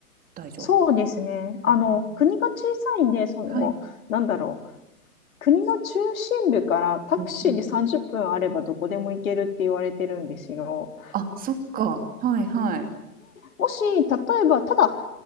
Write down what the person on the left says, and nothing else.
そうですね。あの、
国が小さいんで、その、
なんだろう、国の中心部からタクシーで30分あればどこでも行けるって言われてるんですよ。
もし、例えば、ただ、